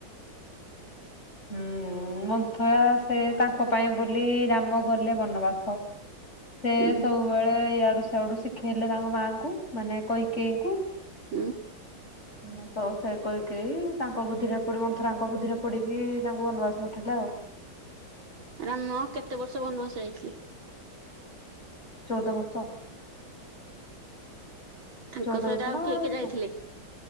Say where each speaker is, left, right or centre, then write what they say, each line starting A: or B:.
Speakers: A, on the left; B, on the right.
A: ହୁଁ ମନ୍ଥରା ସେ ତାଙ୍କ ପାଇଁ ବୋଲି ରାମ ଗଲେ ବନବାସ। ସେ
B: ହୁଁ
A: ସବୁବେଳେ ଇଆଡୁ ସଆଡୁ ଶିଖେଇଲେ ତାଙ୍କ ମାଆଙ୍କୁ ମାନେ କଇକେଇଙ୍କୁ।
B: ହୁଁ।
A: ହୁଁ ତ ସେ କୈକେଇ ତାଙ୍କ ବୁଦ୍ଧିରେ ପଡି ମନ୍ଥରାଙ୍କ ବୁଦ୍ଧିରେ ପଡିକି ତାଙ୍କୁ ବନବାସ ପଠେଇଲେ ଆଉ।
B: ରାମ କେତେ ବର୍ଷ ବନବାସ ଯାଇଥିଲେ।
A: ଚଉଦ ବର୍ଷ।
B: ତାଙ୍କ
A: ଚଉଦ
B: ସହିତ
A: ବର୍ଷ
B: ଆଉ
A: ନା ବାର
B: କିଏ
A: ବର୍ଷ
B: କିଏ ଯାଇଥିଲେ।